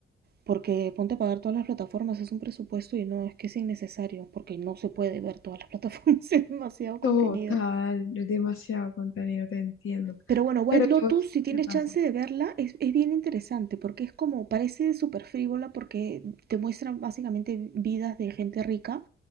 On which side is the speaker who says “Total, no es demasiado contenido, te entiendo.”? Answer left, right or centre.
Left